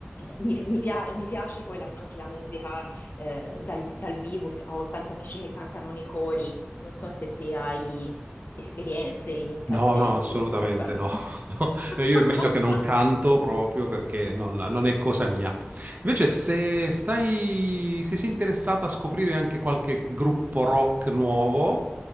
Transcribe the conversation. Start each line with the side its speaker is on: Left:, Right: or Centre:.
Left: mi, mi pia- mi piace poi la- anche la musica eh, dal, dal vivo, s- ho tanti amici che cantano nei cori, non so se te hai esperienze in tal
Right: No,
Left: senso,
Right: no, assolutamente
Left: per caso.
Right: no. <laughs>
Left: <laughs>
Right: No, Io è meglio che non canto proprio perché non, non è cosa mia. Invece, se stai, se sei interessata a scoprire anche qualche gruppo rock nuovo,